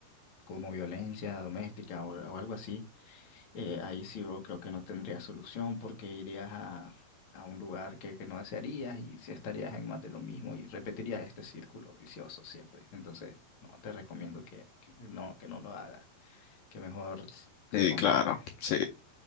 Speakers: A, on the left (about 55°); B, on the left (about 80°).
A: como violencia doméstica o, o algo así, eh, ahí sí, bro, creo que no tendría solución porque irías a, a un lugar que, que no desearías y sí estarías en más de lo mismo y repetirías este círculo vicioso siempre. Entonces, no, te recomiendo que, que no, que no lo hagas, que mejor te
B: Sí,
A: controles.
B: claro, sí,